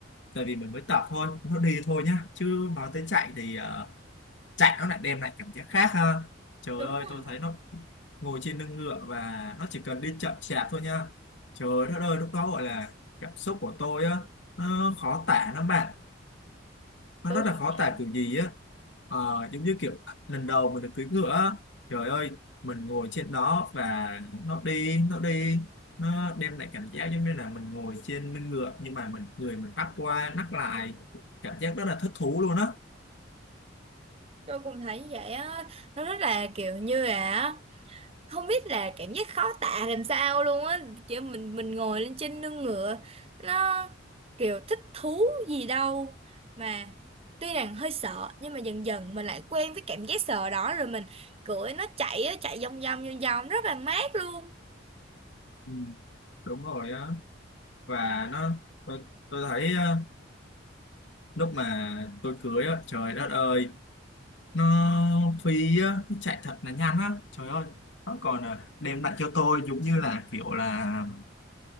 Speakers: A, on the left; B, on the right.
A: tại vì mình mới tập thôi nó đi thôi nhá chứ nói tới chạy thì ờ, chạy nó lại đem lại cảm giác khác ha trời
B: đúng
A: ơi
B: không
A: tôi thấy nó ngồi trên lưng ngựa và nó chỉ cần đi chậm chạp thôi nha trời đất ơi lúc đó gọi là cảm xúc của tôi á nó khó tả lắm bạn nó
B: tôi
A: rất là
B: cũng
A: khó tả
B: vậy
A: kiểu gì á Ờ, giống như kiểu lần đầu mình được cưỡi ngựa á, trời ơi mình ngồi trên đó và nó đi nó đi nó đem lại cảm giác giống như là mình ngồi trên lưng ngựa nhưng mà mình người mình bắt qua nắt lại cảm giác rất là thích thú luôn á
B: tôi cũng thấy như vậy á nó rất là kiểu như là không biết là cảm giác khó tả làm sao luôn á kiểu mình mình ngồi lên trên lưng ngựa nó kiểu thích thú gì đâu mà tuy rằng hơi sợ nhưng mà dần dần mình lại quen với cảm giác sợ đó rồi mình cưỡi nó chạy á chạy vòng vòng vòng vòng rất là mát luôn
A: Ừ, đúng rồi á và nó tôi, tôi thấy ờ, lúc mà tôi cưới á trời đất ơi nó phi á nó chạy thật là nhanh á trời ơi nó còn ờ, đem lại cho tôi giống như là kiểu là